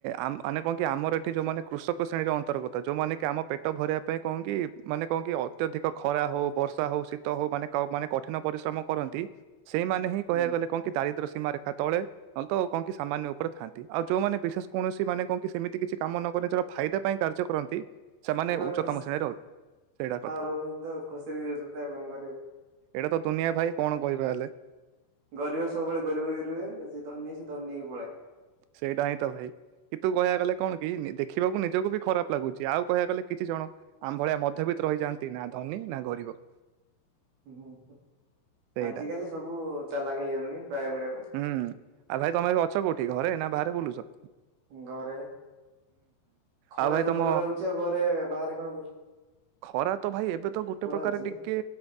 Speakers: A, on the right; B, on the right.
A: ଆ ମାନେ କଣ କି ଆମର ଏଠି ଯୋଉମାନେ କୃଷକ ଶ୍ରେଣୀର ଅନ୍ତର୍ଗତ ଯୋଉମାନେ କି ଆମ ପେଟ ଭରିବା ପାଇଁ କଁ କି ମାନେ କଁ କି ଅତ୍ୟଧିକ ଖରା ହଉ, ବର୍ଷା ହଉ, ଶୀତ ହଉ, ମାନେ କାଓ ମାନେ କଠିନ ପରିଶ୍ରମ କରନ୍ତି ସେଇମାନେ ହିଁ କହିବାକୁ
B: ହୁଁ
A: ଗଲେ କଁ କି ଦାରିଦ୍ର୍ୟ ସୀମାରେଖା ତଳେ ହଁ ତ କଁ କି ସାମାନ୍ୟ ଉପରେ ଥାଆନ୍ତି। ଆଉ ଯୋଉମାନେ ବିଶେଷ କୌଣସି ମାନେ କଁ କି ସେମିତି କିଛି କାମ ନ କନେ ଚଳ ଫାଇଦା ପାଇଁ କାର୍ଯ୍ୟ କରନ୍ତି।
B: ସେମାନେ
A: ଉଚ୍ଚତମ
B: ଖୁସ୍
A: ଶ୍ରେଣୀର ସେଇଟା କଥା
B: ଆଉ ରହୁଚନ୍ତି ତ ଖୁସିରେ ବି ରହୁଚନ୍ତି ଆଉ କଁ କରିବୁ?
A: ଏଇଟା ତ ଦୁନିଆ ଭାଇ କଣ କହିବା ହେଲେ?
B: ଗରିବ ସବୁବେଳେ ଗରିବ ହେଇକି ରୁହେ। ଯିଏ ଧନୀ ସିଏ ଧନି ହେଇକି ପଳାଏ।
A: ସେଇଟା ହିଁ ତ ଭାଇ। କିତୁ କହିବାକୁ ଗଲେ କଣ କି ନି ଦେଖିବାକୁ ନିଜକୁ ବି ଖରାପ ଲାଗୁଚି। ଆଉ କହିବାକୁ ଗଲେ କିଛି ଜଣ ଆମ୍ ଭଳିଆ ମଧ୍ୟବିତ୍ ରହିଯାଆନ୍ତି ନାଁ ଧନୀ ନାଁ ଗରିବ।
B: ହୁଁ ହୁଁ
A: ସେଇଟା
B: ଆଜିକାଲି ସବୁ ଚାଲାକ ହୋଇଗଲେଣି ପ୍ରାୟ ଗୁଡ଼ାକ।
A: ହୁଁ ଆଉ ଭାଇ ତମେ ଏବେ ଅଛ କୋଉଠି ଘରେ ନା ବାହାରେ ବୁଲୁଚ?
B: ଘରେ ଖରା
A: ଆଉ ଭାଇ
B: ଯୋଉ
A: ତମ
B: ପ୍ରକାର ହଉଚି ଆଉ ଘରେ ବାହାରେ କଁ ବୁଲି
A: ଖରା ତ ଭାଇ ଏବେ ତ ଗୋଟେ ପ୍ରକାର
B: ହଉଛି
A: ଟିକେ